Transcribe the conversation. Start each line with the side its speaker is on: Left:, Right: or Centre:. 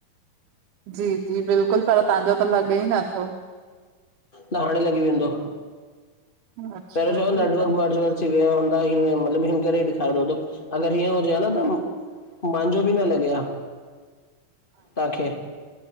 Right: जी जी बिल्कुलु, पर तहांजो त लॻे ई नथो।
Left: त हाणे लॻी वेंदो,
Right: अच्छा
Left: पहिरियों छा
Right: ठीकु
Left: न नेटवर्क
Right: आहे
Left: ॿेटवर्क विया हूंदा हीअं मतिलब हिन करे इन्कॉरेक्ट ॾेखारिंदो हूंदो, अगर हीअं हुजे आ न त मांजो बि न लॻे आ तांखे,